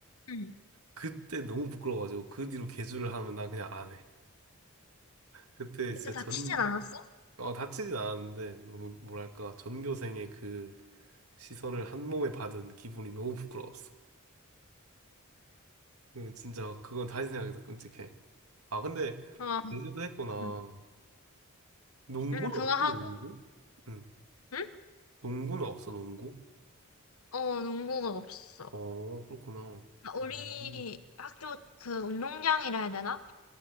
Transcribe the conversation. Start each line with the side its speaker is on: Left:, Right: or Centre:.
Left: 응.
Right: 그때 너무 부끄러워가지고 그 뒤로 계주를 하면 난 그냥 안 해. 그때
Left: 그때
Right: 진짜
Left: 다
Right: 전
Left: 튀진 않았어?
Right: 어, 다치진 않았는데 너무 뭐랄까 전교생의 그 시선을 한 몸에 받은 기분이 너무 부끄러웠어. 그 진짜 그건 다시 생각해도 끔찍해. 아 근데
Left: 어, 응,
Right: 제주도 했구나.
Left: 응,
Right: 농구는
Left: 응, 그거
Right: 없어
Left: 하고,
Right: 농구? 응.
Left: 응?
Right: 농구는 없어 농구?
Left: 어, 농구가 없어.
Right: 어 그렇구나.
Left: 아, 우리
Right: 음.
Left: 학교 그 운동장이라 해야 되나?